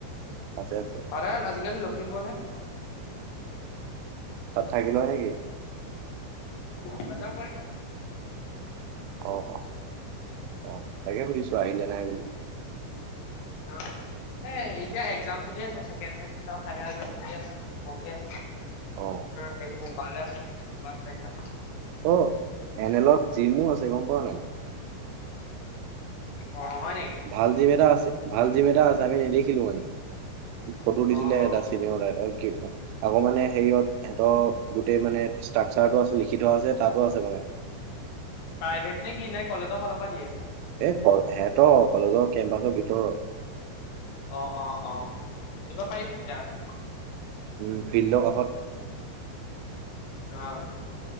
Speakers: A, on the right; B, on the left.
A: আছে আছে।
B: ভাড়াৰ আজিকালি ল লক্ষীমপুৰ হে।
A: তাত থাকি লয় নেকি?
B: অহা-যোৱা কৰে।
A: অ' - অ'। অ' তাকে সুধিছোঁ আহিলে নাই বুলি।
B: অ'। এই এতিয়া এক্জাম চলি আছে। ছেকেণ্ড চেমিষ্টাৰ ফাইনেল এক্জাম চলি আছে। পঢ়ি আছে।
A: অ'
B: সেই সোমবাৰলৈ আছে নে। সোমবাৰ চাই যাম।
A: অ', এন এল'ত জিমো আছে, গম পাৱ নাই?
B: অ হয় নেকি?
A: ভাল জিম এটা আছে- ভাল জিম এটা আছে আমি নেদে দেখিলোঁ মানে। ফটো দিছিলে
B: অ অ
A: এটা চিনেমাৰ ৰাই আক' মানে সেইহত, সেহঁতৰ গোটেই মানে ষ্ট্ৰাকচাৰটো আছে লিখি থোৱা আছে, তাতো আছে মানে। <inaudible>
B: প্ৰাইভেট নে কি? নে কলেজৰ ফালৰ পৰা দিয়ে সেইটো?
A: এ- অ' হেতৰ কলেজৰ কেম্পাছৰ ভিতৰত।
B: অ' - অ' - অ', কৰিব পাৰিবি তেতিয়াহলে।
A: উম, ফিল্ডৰ কাষত।
B: অ'।